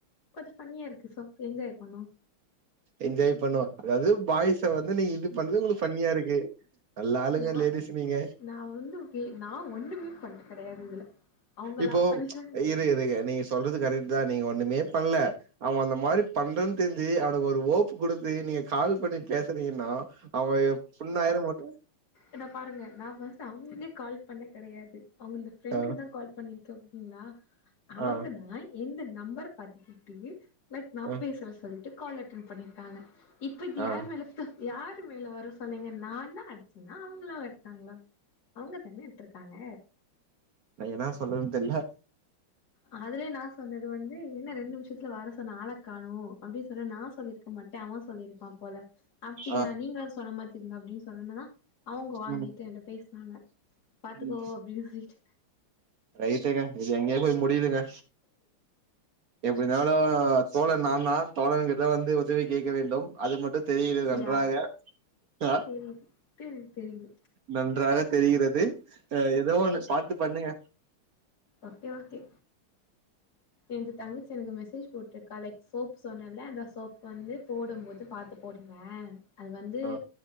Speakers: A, on the left; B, on the right.
A: கொஞ்ச ஃபன்னியா இருக்கு சோ என்ஜாய் பண்ணுவோ
B: என்ஜாய் பண்ணுவோ அதாவது பாய்ஸ் வந்து நீங்க இது பண்ணறது உங்களுக்கு ஃபன்னியா இருக்கு நல்லா ஆளுங்க
A: நா
B: லேடிஸ் நீங்க
A: நா வந்து கே நா ஒண்ணுமே பண்ண கெடையாது இதுல அவங்களா
B: இப்போ
A: பண்றாங்க
B: இரு இரு நீங்க சொல்றது கரெக்ட் தா நீங்க ஒண்ணுமே பண்ல அவன் அந்த மாரி பண்றன்னு தெரிஞ்சு அவனுக்கு ஒரு ஹோப்பு குடுத்து நீங்க கால் பண்ணி பேசுறீங்கன்னா அவன் எப் புண் ஆயிர மட்டு
A: இத பாருங்க நா பஸ்ட் அவங்களுக்கே கால் பண்ண கெடையாது அவங் அவங்கள்து ஃப்ரெண்டுக்கு
B: ஆ
A: தா கால் பண்ணிருக்கே ஓகேங்களா அவங்கதா
B: ஆ
A: என்து நம்பர பாத்துகிட்டு லைக் நா
B: ஆ
A: பேசுற சொல்லிட்டு கால் அட்டண்ட் பண்ணிருக்காங்க இப்ப இது
B: ஆ
A: யார் மேல யார் மேல வரும் சொல்லீங்க நா தா அடிச்சுன்னா அவங்களா எடுத்தாங்களா அவங்க தான எடுத்திருக்காங்க
B: நா ஏனா சொல்லறது தெர்ல
A: அதுவே நா சொன்னது வந்து என்ன ரெண்டு நிமிஷத்துல வர சொன்ன ஆள காணு அப்டின்னு சொன்னா நா சொல்லிருக் இருக்க மாட்டே அவ சொல்லியிருப்பா போல அப்டிங்ளா
B: ஆ
A: நீங்களாது சொல்ல மாட்டீங்களா அப்டின் சொன்னணனா அவங்க வாங்கிட்டு
B: ம்
A: என்ட பேஸ்னாங்க பாத்துக்கோ
B: ம்
A: அப்டின் சொல்லிட்டு
B: ரைட்டுங்க இது எங்கேயோ போய் முடிதுங்க எப்டிந்தாலு தோழன் நாந்தா தோழன் கிட்டவந்து உதவி கேட்க வேண்டும் அது மட்டு தெரிகிறது நன்றாக
A: யா
B: ஆ
A: தெரியுது தெரியுது தெரியுது
B: நன்றாக தெரிகிறது அ ஏதோ ஒன்னு பாத்து பண்ணுங்க
A: ஓகே ஓகே என்து தங்கிச்சு எனக்கு மெசேஜ் போட்டிருக்கா லைக் சோப் சொன்னேல அந்த சோப் வந்து போடும் போது பாத்து போடுங்க அது வந்து
B: ஆ